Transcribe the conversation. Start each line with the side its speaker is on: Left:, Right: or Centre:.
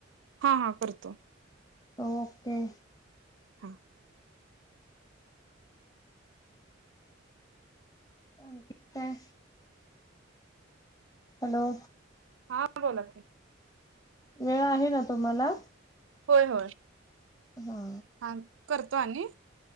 Right: हा हा करतो.
Left: ओके.
Right: हा.
Left: आणखी काय हॅलो!
Right: हा बोला की.
Left: वेळ आहे ना तुम्हाला?
Right: होय होय.
Left: हा.
Right: हां करतो आणि.